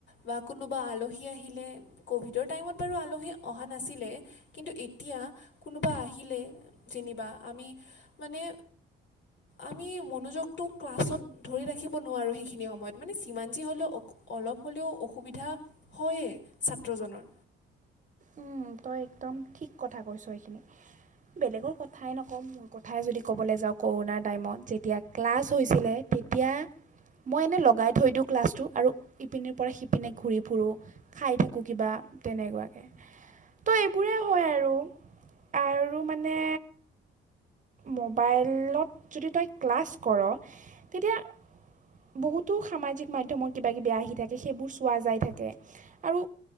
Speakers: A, on the left (about 65°); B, on the right (about 40°).
A: বা কোনোবা আলহী আহিলে, কভিডৰ টাইমত আৰু আলহী অহা নাছিলে কিন্তু এতিয়া কোনোবা আহিলে যেনিবা আমি মানে আমি মনোযোগটো ক্লাছত ধৰি ৰাখিব নোৱাৰো সেইখিনি সম সময়ত মানে যিমান যি হ'লেও, অলপ হ'লেও অসুবিধা হয়েই ছাত্ৰজনৰ।
B: উম, তই একদম ঠিক কথা কৈছ এইখিনি। বেলেগৰ কথাই নকওঁ মোৰ কথাই যদি ক'বলৈ যাওঁ কৰোণাৰ টাইমত যেতিয়া ক্লাছ হৈছিলে এতিয়া মই এনেই লগাই থৈ দিওঁ ক্লাছটো আৰু ইপিনিৰ পৰা সিপিনে ঘূৰি ফুৰো খাই থাকো কিবা। তেনেকুৱাকে তই এইবোৰেই হয় আৰু আৰু মানে মোবাইলত যদি তই ক্লাছ কৰ তেতিয়া বহুতো সামাজিক মাধ্যমৰ কিবা কিবি আহি থাকে সেইবোৰ চোৱা যায় থাকে আৰু